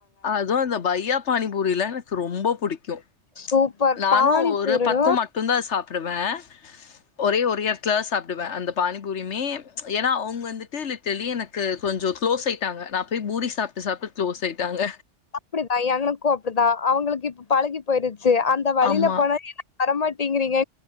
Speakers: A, on the left (about 80°); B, on the left (about 40°).
A: அதும் அந்த பையா பானி பூரி எல்லாம் எனக்கு ரொம்ப பிடிக்கும்
B: சூப்பர்
A: <unintelligible> நானு
B: பானிபூரிலா
A: ஒரு பத்து மட்டும்தா சாப் பிடுவேன் ஒரே ஒருே இடத்துல சாப்படுவேன் அந்த பானிபூரியுமே ஏன்னா அவுங்க வந்துட்டு லிட்டலி எனக்கு கொஞ்சம் க்ளோஸ் ஆயிட்டாங்க நான போய் பூரி சாப்பட்டு சாப்பட்டுகுளோஸ் ஆயிட் தாங்க
B: அப்டிதான் எங்களுக்கும் அப்டிதான் அவங்களுக்கு இப்ப பழகி போயிருது செரி அந்த வழியில
A: ஆமா
B: போனா என்ன வரமாட்டேங்கிறீங்க